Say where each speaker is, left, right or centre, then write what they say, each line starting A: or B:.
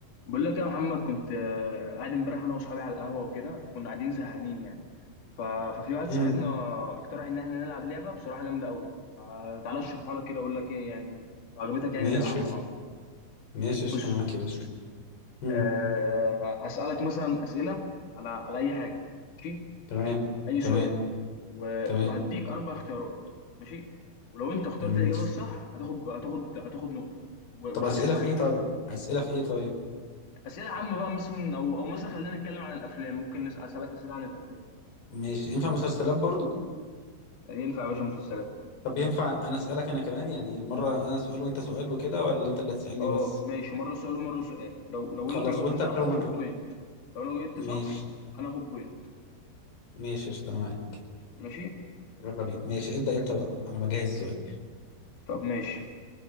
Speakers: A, on the left (about 50°); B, on the left (about 70°).
A: بقول لك يا محمد كنت آه، قاعد امبارح انا واصحابي على القهوه وكده فكنا قاعدين زهقانين يعني ف... ففي واحد صاحبنا
B: امم
A: اقترح ان احنا نلعب لعبه بصراحه جامده قوي آه، تعالى اشرحها لك كده اقول لك ايه يعني لو عجبتك يعني
B: ماشي
A: نلعبها مع بعض
B: ماشي قشطة،
A: بص
B: انا معاك يا باشا امم
A: أه... هسالك مثلا اسئله على على اي حاجه ماشي
B: تمام
A: اي سؤال
B: تمام
A: و...
B: تمام
A: وهديك اربع اختيارات ماشي ولو انت اخترت
B: مم.
A: الاجابه الصح هتاخد هتاخد هتاخد نقطه و...
B: طب
A: والعكس
B: اسئله
A: صحيح
B: في ايه طيب اسئله في ايه طيب
A: اسئله عامه بقى مثلا او او مثلا خلينا نتكلم عن الافلام ممكن نسال اسالك اسئله عن الافلام
B: ماشي ينفع مسلسلات برضو
A: ينفع يا باشا مسلسلات
B: طب ينفع انا اسالك انا كمان يعني مره انا سؤال وانت سؤال وكده ولا انت اللي هتسالني
A: اه
B: بس
A: ماشي مره سؤال ومره سؤال لو لو
B: خلاص
A: انت جاوبت
B: وانت
A: صح
B: لو
A: تاخد
B: ما مج...
A: بوينت لو انا جاوبت صح
B: ماشي
A: انا اخد بوينت
B: ماشي قشطة، انا معاك
A: ماشي
B: يلا بينا ماشي ابدا انت بقى انا بجهز سؤال
A: طب ماشي